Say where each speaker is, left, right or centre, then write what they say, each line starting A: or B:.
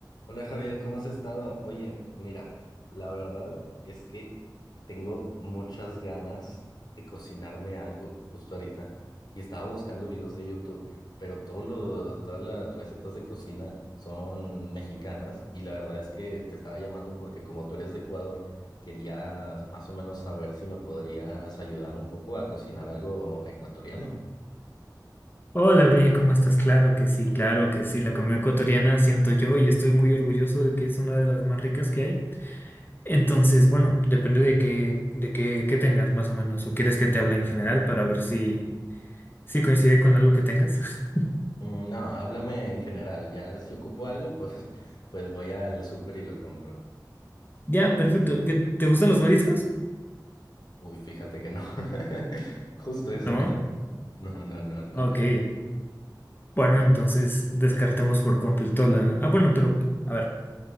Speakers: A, on the left (about 60°); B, on the left (about 30°).
A: Hola Javier, ¿cómo has estado? Oye, mira, la verdad es que tengo muchas ganas de cocinarme algo justo ahorita y estaba buscando videos de YouTube, pero todos los- todas las recetas de cocina son mexicanas y la verdad es que te estaba llamando porque como tú eres de Ecuador, quería más o menos saber si me podrías ayudar un poco a cocinar algo ecuatoriano.
B: Hola, Brian, ¿cómo estás? Claro que sí, claro que sí. La comida ecuatoriana siento yo y estoy muy orgulloso de que es una de las más ricas que hay. Entonces, bueno, depende de qué, de qué, qué tengas más o menos, o quieres que te hable en general para ver si, si coincide con algo que tengas. <laughs>
A: Mm, No, háblame en general, ya si ocupo algo, pues, <laughs> pues voy al súper y lo compro.
B: Ya, perfecto. ¿Qué- ¿Te gustan los mariscos?
A: Uy, fíjate que no. <laughs> Justo eso
B: No.
A: no. No, no, no, no,
B: Ok.
A: no.
B: Bueno, entonces descartemos por completo la. Ah, bueno, pero a ver,